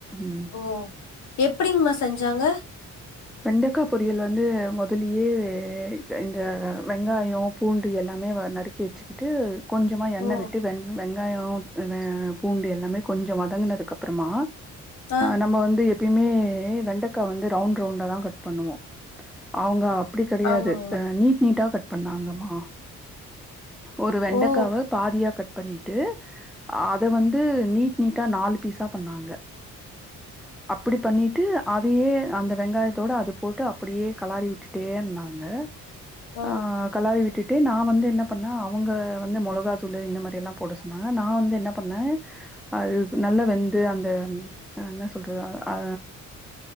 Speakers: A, in the centre; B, on the left.
A: ம்
B: ஓ எப்படிங்மா செஞ்சாங்க
A: வெண்டக்கா பொரியல் வந்து முதலியே இந்த வெங்காயே பூண்டு எல்லாமே வ நறுக்கி வச்சக்கிட்டு கொஞ்சமா எண்ணெய்
B: ஓ
A: விட்டு வே வே ங்காயம் ஆ பூண்டு எல்லாமே கொஞ்ச வதங்கினதுக்கு அப்புறமா
B: ஆ
A: நம்ம வந்து எப்பயுமே வெண்டைக்கா வந்து ரவுண்ட் ரவுண்டா தா கட் பண்ணுவோ அவுங்க அப்புடி கிடையாது
B: ஆமாங்மா
A: ஆ நீட் நீட்டா கட் பண்ணாங்கம்மா ஒரு வெண்டக்காவ
B: ஓ
A: பாதியா கட் பண்ணிட்டு அத வந்து நீட் நீட்டா நாலு பீஸா பண்ணாங்க அப்படி பண்ணிட்டு அதையே அந்த வெங்காயத்தோட அத போட்டு அப்படியே கெலாரி விட்டுட்டே இருந்தாங்க
B: ஓ
A: ஆ கெலாரி விட்டுட் டு நா வந்து என்ன பண்ணே அவுங்க வந்து மொளகாத்தூளு இந்த மாரி எல்லா போட சொன்னாங்க நா வந்து என்ன பண்ணே அது நல்லா வெந்து அந்த அ என்ன சொல்றது அ அ